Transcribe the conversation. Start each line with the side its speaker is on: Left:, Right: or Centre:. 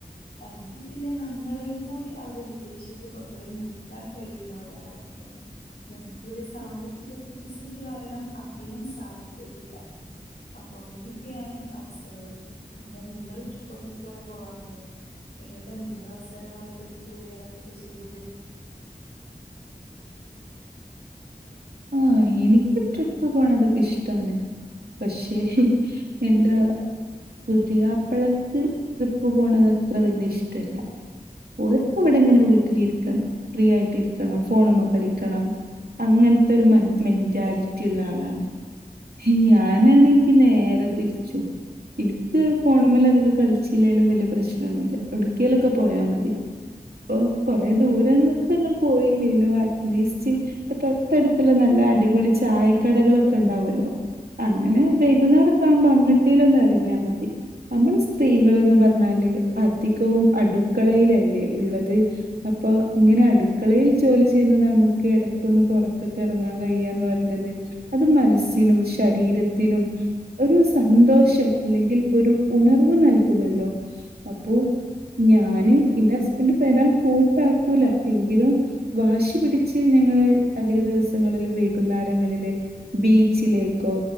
Left: അല്ലെങ്കിൽ പിന്നെ നമ്മളെയും കൂടി അവിടെ വിദേശ ത്ത് കൊണ്ടോയി നിർത്താൻ കഴിയുന്ന ഒരാളായിരിക്കണം. നമുക്കിവിടെ സാമ്പത്തിക പ്രതിസന്ധി കാരണം അതിനും സാധിക്കത്തില്ല. അപ്പൊ അങ്ങനൊക്കെയാണ് അവസ്ഥകൾ എന്താ നിങ്ങള് ട്രിപ്പൊക്കെ കൊറെ പോവാറുണ്ടോ എങ്ങോട്ട നിങ്ങള് അവസാനമായിട്ട് ദൂര യാത്രയൊക്കെ ചെയ്തത്.
Right: ആഹ്‌ എനിക്ക് ട്രിപ്പ് പോണതൊക്കെ ഇഷ് ടാണ് പക്ഷേ എന്റെ പുതിയാപ്പളക്ക് ട്രിപ്പ് പോണത് അത്ര വല്യ ഇഷ്ടല്ല ഓർക് ഇവിടെ ഇങ്ങനെ വീട്ടിലിരിക്കണം. ഫ്രീ ആയിട്ട് ഇരിക്കണം ഫോണ്‌മ്മെ കളിക്കണം അങ്ങനത്തെ മ ഒരു മെന്റാലി ലിറ്റിയുള്ള ആളാണ് ഞാനാണെങ്കി നേരെ തിരിച്ചും. ഇൻക്ക് ഫോണമേലധികം കളിച്ചില്ലേലും വലിയ പ്രശ്നൊന്നുല്ല എവ്ട്ക്കേങ്കിലൊക്കെ പോയാ മതി. ഇപ്പൊ കൊറെേ ദൂരെ ന്നും ദൂരത്തൊന്നും പോയില്ലേലും അറ്റ്ലീസ്റ്റ് ഇപ്പൊ തൊട്ടടുത്ത ള്ള നല്ല അടിപൊളി ചായക്കടകളൊക്കെ ഉണ്ടാവല്ലോ അങ്ങനെ വൈകുന്നാരൊക്കെ ആകുമ്പോ അങ്ങട്ടേലും ഒന്ന് എറങ്ങിയാ മതി. നമ്മള് സ്ത്രീകൾന്ന് പർഞ്ഞാല് അധികവും അടുക്കളയിലല്ലേ ഉള്ളത് അപ്പൊ ഇങ്ങനെ അടുക്കളയിൽ ജോലി ചെയ്യുന്ന നമുക്ക് ഇടക്ക് ഒന്ന്പൊ പൊറത്ത്ക്കെറങ്ങാൻ കഴിയാന്ന് പറയ്ണത് അത് മനസ്സിനും ശരീരത്തിനും ഒരു സന്തോഷം അല്ലെങ്കിൽ ഒരു ഉണർവ് നൽകുമല്ലോ അപ്പോ ഞാന് എന്റെ ഹസ്ബൻഡ് വെരാൻ കൂട്ടാക്കൂല എങ്കിലും വാശി പിടി ച്ച് ഞങ്ങള് അധിക ദിവസങ്ങളിൽ വൈകുന്നരങ്ങളില് ബീ ച്ചിലേക്കോ